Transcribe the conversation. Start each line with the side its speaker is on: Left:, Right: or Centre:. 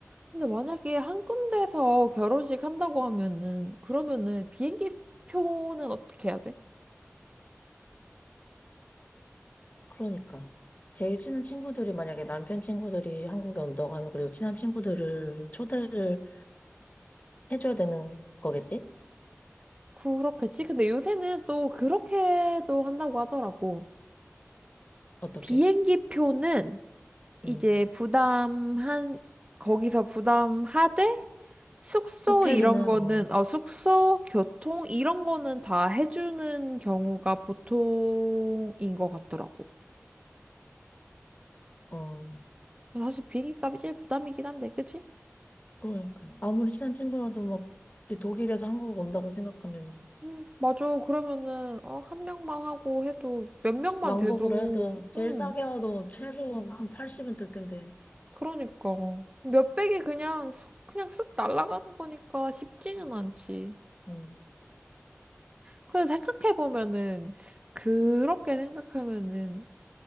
Right: 근데 만약에 한 군데서 결혼식 한다고 하면은, 그러면은 비행기 표는 어떻게 해야 돼?
Left: 그러니까. 제일 친한 친구들이 만약에 남편 친구들이 한국에 온다고 하면 그래도 친한 친구들을 초대를 해줘야 되는 거겠지?
Right: 그렇겠지? 근데 요새는 또 그렇게도 한다고 하더라고.
Left: 어떻게?
Right: 비행기 표는 이제
Left: 응.
Right: 부담한, 거기서 부담하되, 숙소
Left: 호텔이나,
Right: 이런 거는,
Left: 어,
Right: 어, 숙소, 교통 이런 거는 다 해주는 경우가 보통인 것 같더라고.
Left: 어.
Right: 사실 비행기 값이 제일 부담이긴 한데, 그치?
Left: 그러니까. 아무리 친한 친구라도 막, 이제 독일에서 한국 온다고 생각하면,
Right: 음, 맞아. 그러면은, 어, 한 명만 하고 해도 몇 명만
Left: 왕복으로
Right: 돼도,
Left: 해도, 제일
Right: 음,
Left: 싸게 와도 최소 한 80은 들 텐데.
Right: 그러니까. 몇백이 그냥, 쓱- 그냥 쓱 날아가는 거니까 쉽지는 않지.
Left: 음.
Right: 근데 생각해보면은, 그렇게 생각하면은,